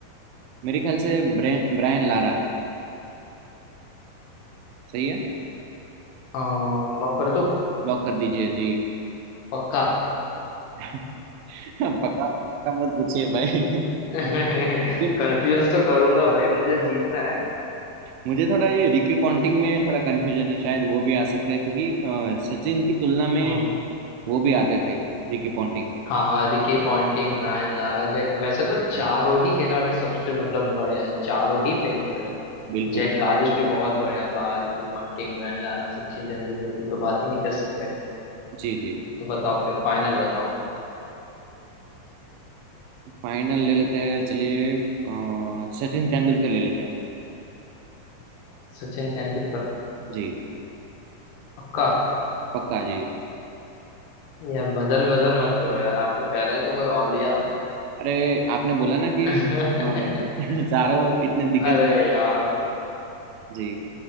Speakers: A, on the right; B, on the left.
A: मेरे ख्याल से ब्रेन ब्रायन लारा सही है
B: लॉक कर दो
A: लॉक कर दीजिए जी
B: पक्का
A: <laughs> पक्का पक्का मत पूछिए भाई <laughs>
B: <laughs> कंफ्यूज
A: ये-
B: तो करूंगा भाई मुझे जीतना है
A: मुझे थोड़ा ये रिकी पॉन्टिंग में थोड़ा कंफ्यूजन है शायद वो भी आ सकते हैं क्योंकि अ, सचिन की तुलना में
B: हम्म <laughs>
A: वो भी आते थे रिकी पॉन्टिंग
B: हाँ हाँ Ricky Ponting Brian Lara Jack वैसे तो चारों
A: जी
B: ही खिलाड़ी सबसे मतलब बढ़िया है चारों ही फेमस है
A: बिल्कुल
B: जैक कालिस भी बहुत बढ़िया था Ricky Ponting Brian Lara Sachin Tendulkar की तो बात ही नहीं कर सकते
A: जी जी
B: तो बताओ फिर फाइनल बताओ
A: फाइनल ले लेते हैं चलिए अ, सचिन तेंदुलकर ले लेते हैं
B: सचिन तेंदुलकर
A: जी
B: पक्का
A: पक्का जी
B: यार बदल बदल मत करो यार आपने पहले तो कोई और लिया था
A: अरे आपने बोला ना कि
B: <laughs>
A: अ, <laughs> चारों इतने दिग्गज
B: अरे यार
A: जी